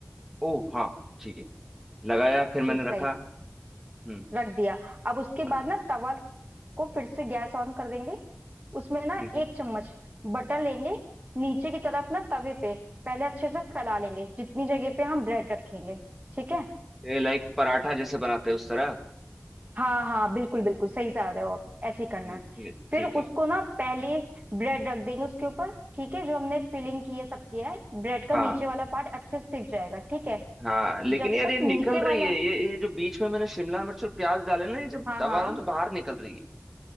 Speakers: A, in the centre; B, on the right.
A: ओ हाँ ठीक है लगाया फिर मैंने
B: चीज स्लाइस
A: रखा हम्म
B: रख दिया अब उसके
A: हाँ
B: बाद ना तवा को फिर से गैस ऑन कर देंगे उसमें ना
A: ठीक है
B: एक चम्मच बटर लेंगे नीचे की तरफ ना तवे पे पहले अच्छे से फैला लेंगे जितनी जगह पे हम ब्रेड रखेंगे ठीक है
A: ये लाइक पराठा जैसे बनाते हैं उस तरह
B: हाँ हाँ बिल्कुल बिल्कुल सही से आ रहे हो आप ऐसे ही करना
A: हम्म,
B: है
A: ठीक है
B: फिर
A: ठीक ठीक
B: उसको ना पहले ब्रेड रख देंगे उसके ऊपर ठीक है जो हमने फिलिंग की है सब किया है ब्रेड का
A: हाँ
B: नीचे वाला पार्ट अच्छे से सिक जाएगा ठीक है
A: हाँ लेकिन
B: जब
A: यार
B: तक
A: ये निकल
B: नीचे
A: रही
B: वाला
A: है ये ये जो बीच में मैंने शिमला मिर्च और प्याज डाले ना ये जब
B: हाँ
A: दबा
B: हाँ
A: रहा हूँ तो बाहर निकल रही है